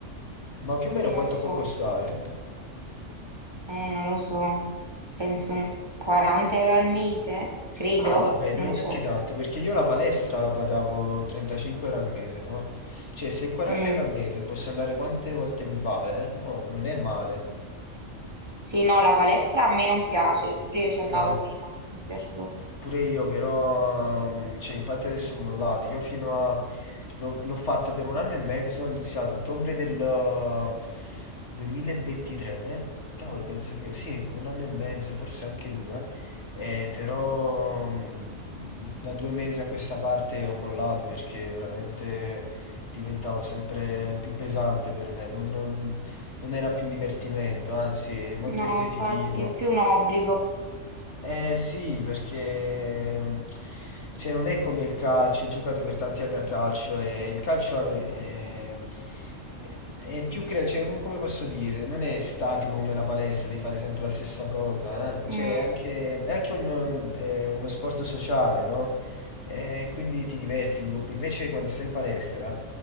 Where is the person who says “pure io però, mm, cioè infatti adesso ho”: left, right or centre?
Left